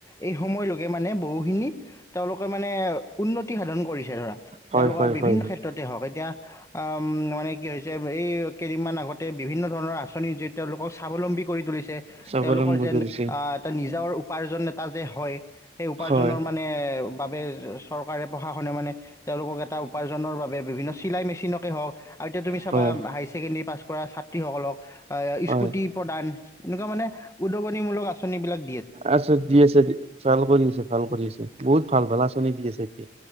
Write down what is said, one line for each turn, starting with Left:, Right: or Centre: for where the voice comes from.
Left: এই সময়লৈকে মানে বহুখিনি তেওঁলোকে মানে উন্নতি সাধন কৰিছে ধৰা
Right: হয়
Left: তেওঁলোকৰ
Right: হয়
Left: বিভিন্ন
Right: হয় হয়
Left: ক্ষেত্ৰতে হওঁক এতিয়া অ মানে কি হৈছে এই কেইদিনমান আগতে বিভিন্ন ধৰণৰ আঁচনি যোৰিত তেওঁলোকৰ স্বাৱলম্বী কৰি তুলিছে
Right: স্বাৱলম্বী
Left: তেওঁলোকৰ যেন
Right: কৰিছে
Left: এটা নিজৰ উপাৰ্জন এটা টা যে হয় সেই উপাৰ্জনৰ
Right: হয়
Left: মানে বাবে চৰকাৰে প্ৰশাসনে মানে তেওঁলোকক এটা উপাৰ্জনৰ বাবে বিভিন্ন চিলাই মেচিনকে হওক আৰু এতিয়া তুমি চাবা
Right: হয়
Left: হাই ছেকেণ্ডৰী পাছ কৰা ছাত্ৰীসকলক
Right: হয়
Left: স্কুটি প্ৰদান এনেকুৱা মানে উদগনি মূলক আঁচন বিলাক
Right: আছ দি আছে ভাল কৰি আছে ভাল কৰি আছে বহুত ভাল ভাল আঁচনি দি আছে এতিয়া